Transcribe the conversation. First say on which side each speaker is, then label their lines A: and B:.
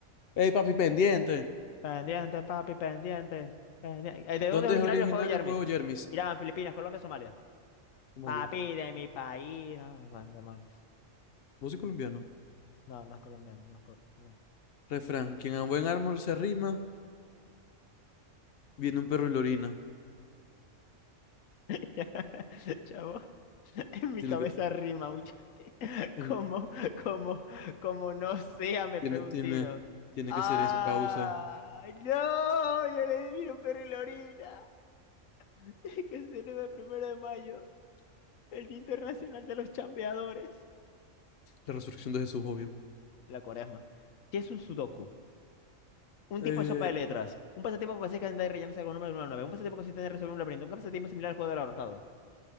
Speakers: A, on the left (about 60°); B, on the left (about 80°).
A: ¡Ey, papi, pendiente!
B: Pendiente, papi, pendiente. pendiente. Eh, ¿De dónde
A: ¿Dónde
B: es originario
A: es originario
B: el juego de Yarmis?
A: el juego Jermis?
B: Irán, Filipinas, Colombia, Somalia.
A: Somalia.
B: Papi de mi país. Ah, bueno, demonios.
A: Músico colombiano.
B: No, no es colombiano, no es colombiano.
A: Refrán. Quien a buen árbol se arrima, viene un perro y lo orina.
B: <laughs> Chavo, en mi
A: Tiene
B: cabeza
A: que...
B: rima, huichote.
A: ten-
B: Como, como, como <laughs> no sea, me
A: Tiene,
B: pego
A: tiene,
B: un tiro.
A: tiene
B: ¡Ah!
A: que ser eso, causa
B: ¡No! Yo le di un perro y la orina. <laughs> Que se celebra el primero de mayo, el Día Internacional de los Chambeadores.
A: la resurrección de Jesús, obvio.
B: La cuaresma. ¿Qué es un sudoku? Un
A: Eh,
B: tipo de sopa de letras. Un pasatiempo que consiste en andar y rellenarse con números de una nave. Un pasatiempo que consiste en resolver un laberinto. Un pasatiempo similar al juego del ahorcado.